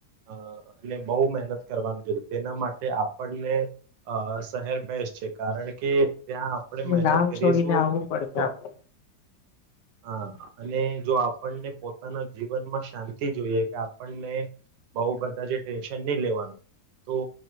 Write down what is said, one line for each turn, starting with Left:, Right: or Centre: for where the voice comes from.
Right: અને બહુ મહેનત કરવાનું છે. તેના માટે આપણને અ શહેર બેસ્ટ છે, કારણ કે ત્યાં આપણે
Left: છે
Right: મહેનત
Left: ગામ
Right: કરીશું,
Left: છોડીને આવવું પડશે
Right: તો
Left: આપડે
Right: હા, અને જો આપણને પોતાના જીવનમાં શાંતિ જોઈએ, કે આપણને બઉ બધા જે ટેન્શન નહી, લેવાનું તો